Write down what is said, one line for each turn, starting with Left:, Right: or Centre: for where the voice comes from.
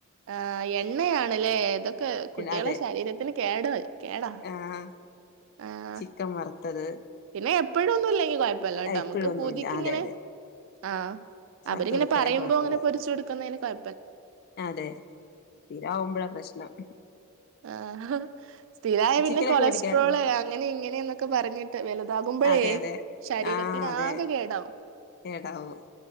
Right: ആ എണ്ണയാണ് ലെ ഇതൊക്കെ കുട്ടികളെ
Left: അതെ
Right: ശരീരത്തിന് കേടുവരും കേടാ
Left: ആഹ്
Right: ആഹ്
Left: ചിക്കൻ വറുത്തത്
Right: പിന്നെ എപ്പോഴൊന്നും ഇല്ലെങ്കി കുഴപ്പില്ലട്ടോ
Left: ഇപ്പോഴൊന്നുമില്ല
Right: നമുക്ക് പൂതിക്ക്
Left: അതെ
Right: ഇങ്ങനെ
Left: അതെ
Right: ആഹ്
Left: വറുത്ത്
Right: അവരിങ്ങനെ
Left: കൊടുക്കയാണെങ്കിൽ
Right: പറയുമ്പോൾ
Left: കുഴപ്പമില്ല
Right: അങ്ങനെ പൊരിച്ച് കൊടുക്കുന്നതിന് കോയ
Left: അതെ സ്ഥിരാകുമ്പോഴാ പ്രശ്നം
Right: ആ സ്ഥിരായ പിന്നെ
Left: ചിക്കനൊക്കെ
Right: കൊളസ്ട്രോള്
Left: മേടിക്കാറില്ലേ
Right: അങ്ങനെ ഇങ്ങനെ എന്നൊക്കെ പറഞ്ഞിട്ട് ട്ട് വലുതാകുമ്പോഴേ
Left: അതെ അതെ
Right: ശരീരത്തിന്
Left: ആഹ് അതെ
Right: ആകെ കേടാവും
Left: കേടാവും